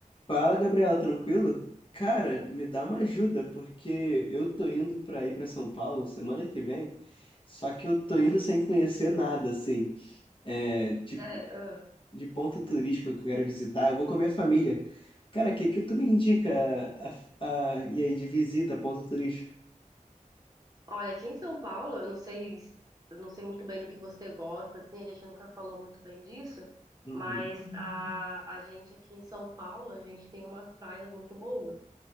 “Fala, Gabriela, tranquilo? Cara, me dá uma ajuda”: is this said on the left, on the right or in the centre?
Left